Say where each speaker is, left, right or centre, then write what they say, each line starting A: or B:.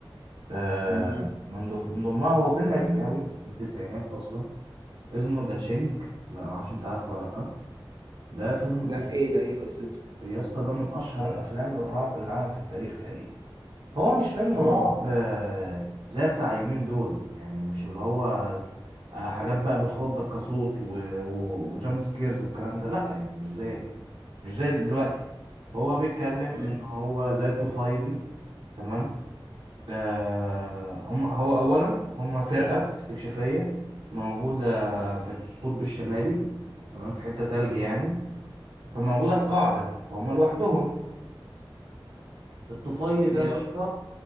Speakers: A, on the right; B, on the right.
A: آه
B: امم
A: من ضف- من ضمنها هو فيلم قديم قوي من التسعينات اصلا اسمه ذا تشينج
B: امم
A: لا ما اعرفش انت عارفه ولا لا ده فيلم
B: لا
A: أس-
B: ايه ده ايه قصته
A: يا اسطى ده من اشهر افلام الرعب اللي اتعملت في التاريخ تقريبا هو مش فيلم
B: امم
A: رعب آه، زي بتاع يومين دول يعني مش اللي هو آه، حاجات بقى بتخضك كصوت و... و... وجامب سكيرز والكلام ده لا يعني مش زي مش زي دلوقتي هو بيتكلم
B: امم
A: ان هو زي طفيلي تمام آه، هم هو أولا هم فرقة استكشافية موجودة في القطب الشمالي تمام في حتة تلج يعني فموجودة في قاعدة فهم لوحدهم الطفيلي ده
B: ماشي
A: يا اسطى